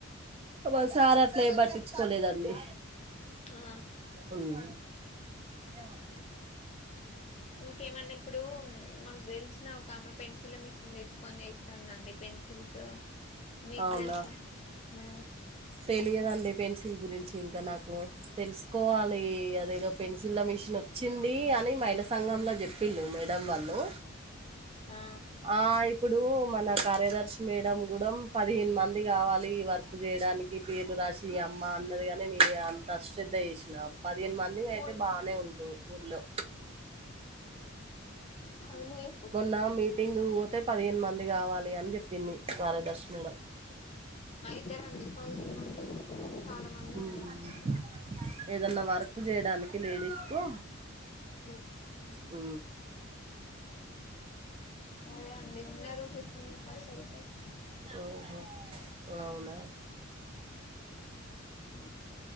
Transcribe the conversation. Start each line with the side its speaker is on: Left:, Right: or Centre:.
Right: మా సార్ అట్లేం పట్టిచ్చుకోలేదండి
Left: ఆ
Right: ఉమ్ ఏమండీ
Left: ఇంకేమన్నా ఇప్పుడూ మాకు తెల్సిన ఒక ఆమె పెన్సిల్ మిషన్ తెచ్చు కొని జేస్తాందండి పెన్సిల్సు మీకు
Right: అవునా
Left: దెల్సా ఊ
Right: తెలియదండి పెన్సిల్ గురించి ఇంకా నాకు తెలుసుకోవాలి అదేదో పెన్సిల్ల మిషన్ ఒచ్చింది అని మహిళ సంఘంలో చెప్పిళ్ళు మేడం వాళ్ళు
Left: ఆ
Right: ఆ ఇప్పుడూ మన కార్యదర్శి మేడం గూడం పదిహేను మంది గావాలి ఈ వర్క్ చేయడాని ఈ పేర్లు రాశి అమ్మ అన్నది గానీ నేనే అంత శ్రద్ధ జేసినాం పదిహేను మందిమి అయితే
Left: ఓయ్
Right: బానే ఉంటు ఊర్లో
Left: కానీ యూ
Right: మొన్న మీటింగుకు వోతె పదిహేను మంది గావాలి అని జెప్పింది క్వార్యదర్శి మేడం
Left: అయితరండి పదిహేను మంది చాలా మంది
Right: ఉమ్
Left: ఉన్నారు మనోళ్ళు
Right: ఏదన్నా వర్క్ జేయడానికి లేడీస్ కు
Left: మీకు ఆ
Right: ఊ
Left: అదే అండి ఉన్నరు ఫిఫ్టీన్ మెంబెర్స్ అయితరు
Right: ఓహో
Left: ఊ
Right: అవునా
Left: ఊ